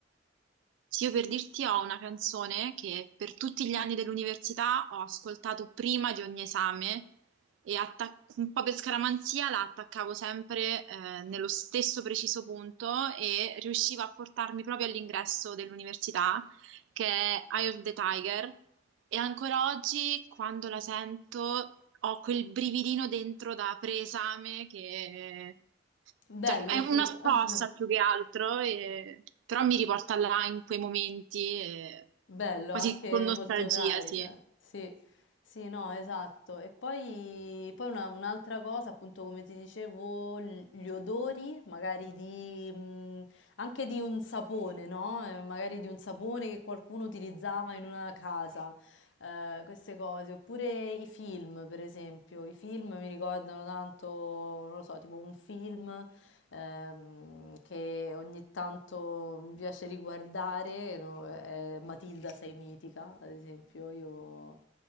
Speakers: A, on the right (about 85°); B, on the left (about 85°).
A: Sì, io per dirti ho una canzone che per tutti gli anni dell'università ho ascoltato prima di ogni esame e attac- un po' per scaramanzia la attaccavo sempre eh, nello stesso preciso punto e riusciva a portarmi proprio all'ingresso dell'università, che è Eye of the Tiger e ancora oggi, quando la sento, ho quel brividino dentro da preesame che...
B: Bello,
A: Cioè, è una
B: figo.
A: scossa
B: <laughs>
A: più che altro, e- però mi riporta là in quei momenti, e-
B: Bello,
A: quasi
B: anche
A: con nostalgia,
B: molto carica.
A: sì.
B: Sì, sì, no, esatto. E poi, poi una- un'altra cosa, appunto, come ti dicevo, l- gli odori, magari di, mh, anche di un sapone, no? Eh, Magari di un sapone che qualcuno utilizzava in una casa. eh, queste cose, oppure i film, per esempio, i film mi ricordano tanto, non lo so, tipo un film ehm, che ogni tanto mi piace riguardare, no? è Matilda sei mitica, ad esempio, io